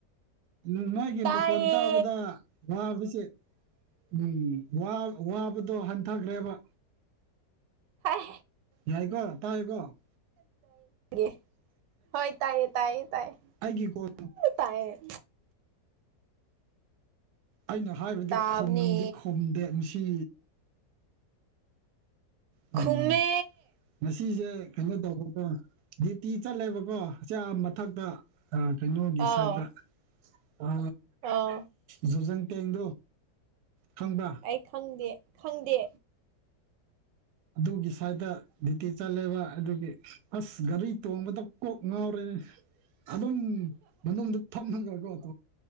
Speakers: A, on the right (about 70°); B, on the right (about 85°).
A: ꯃꯥꯣꯏꯒꯤ
B: ꯇꯥꯏꯌꯦ
A: ꯃꯈꯣꯟ ꯇꯥꯕꯗ ꯋꯥꯕꯁꯦ ꯎꯝ ꯋꯥꯕꯗꯣ ꯍꯟꯊꯈ꯭ꯔꯦꯕ
B: ꯍꯥꯏ
A: ꯌꯥꯏꯀꯣ ꯇ ꯍꯥꯏꯦꯀꯣ
B: ꯦ ꯍꯣꯏ ꯇꯥꯏꯌꯦ ꯇꯥꯏꯌꯦ ꯇꯥꯏꯌꯦ
A: ꯍꯥꯏꯒꯤ ꯀꯣ
B: ꯇꯥꯏꯌꯦꯟ
A: ꯑꯩꯅ ꯍꯥꯏꯕꯗꯤ
B: ꯇꯥꯕꯅꯦ
A: ꯈꯨꯝꯗꯤ ꯈꯨꯝꯗꯦ ꯃꯁꯤ ꯎꯝ
B: ꯈꯨꯃꯦ
A: ꯉꯁꯤꯁꯦ ꯀꯩꯅꯣ ꯇꯧꯕꯀꯣ ꯗ꯭ꯌꯨꯇꯤ ꯆꯠꯂꯦꯕꯀꯣ ꯆꯦ ꯃꯊꯛꯇ ꯑ ꯇꯅꯣꯒꯤ
B: ꯑꯥꯎ
A: ꯁꯥꯏꯗ ꯑ
B: ꯑꯥꯎ
A: ꯖꯨꯖꯪ ꯇꯦꯡꯗꯣ ꯈꯪꯕ꯭ꯔꯥ
B: ꯑꯩ ꯈꯪꯗꯦ ꯈꯪꯗꯦ
A: ꯑꯗꯨꯒꯤ ꯁꯥꯏꯠꯇ ꯗꯌꯨꯇꯤ ꯆꯠꯂꯦꯕ ꯑꯗꯨꯒꯤ ꯑꯁ ꯒꯥꯔꯤ ꯇꯣꯡꯕꯗ ꯀꯣꯛ ꯉꯥꯎꯔꯦꯅꯦ ꯑꯗꯨꯝ ꯃꯅꯨꯡꯗ ꯊꯃꯒꯠ